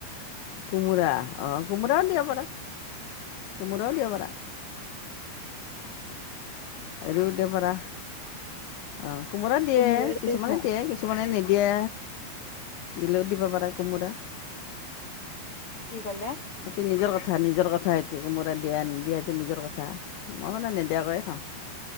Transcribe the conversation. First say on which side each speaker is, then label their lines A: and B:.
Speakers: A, on the left (about 85°); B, on the left (about 55°).
A: কোমোৰা অ কোমোৰাও দিব পাৰা। কোমোৰাও দিব পাৰা। হেৰিও দিব পাৰা, অ কোমোৰা দিয়ে
B: কোমোৰাৰে
A: কিছুমানে
B: খাম
A: দিয়ে। কিছুমানে নিদিয়ে দিলেওঁ দিব পাৰা কোমোৰা।
B: কি কলা।
A: সেইটো নিজৰ কথা নিজৰ কথা সেইটো কোমোৰা দিয়া নি দিয়া সেটো নিজৰ কথা। মই মানে নিদিয়াকৈয়ে খাওঁ